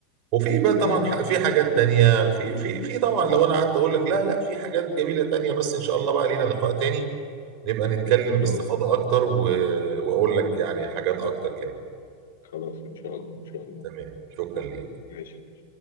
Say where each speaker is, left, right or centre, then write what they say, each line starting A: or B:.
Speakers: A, on the right; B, on the left.
A: وفي بقى
B: تمام
A: طبعا ح-
B: والله
A: في حاجات تانية في في في طبعا لو انا قعدت اقول لك لا لا في حاجات جميلة تانية بس ان شاء الله بقى لينا لقاء تاني نبقى نتكلم
B: إن شاء
A: باستفاضة
B: الله
A: اكتر و... واقول لك يعني حاجات اكتر كمان
B: خلاص إن شاء الله إن شاء الله
A: تمام شكرا ليك
B: ماشي ماشي